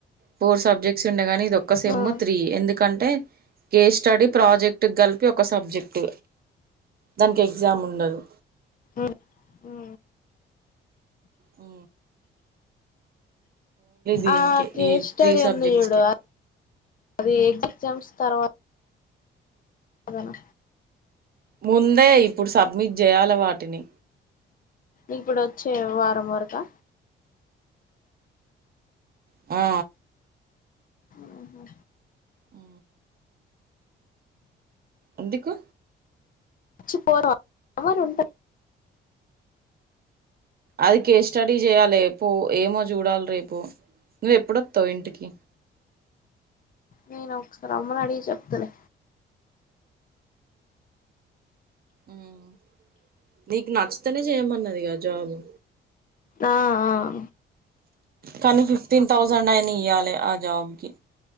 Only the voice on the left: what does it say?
ఆ
ఉ హు
ఆ కేస్
స్టడీ
ఉంది చూడు అది ఎ ఎగ్జామ్స్ తర్వాత అదేనా
ఇప్పుడు వచ్చే వారం వరకా
ఉహు
వచ్చి పోరా ఎవరు ఉంట
నేను ఒకసారి అమ్మను అడిగి చెప్తలే
ఆ ఆ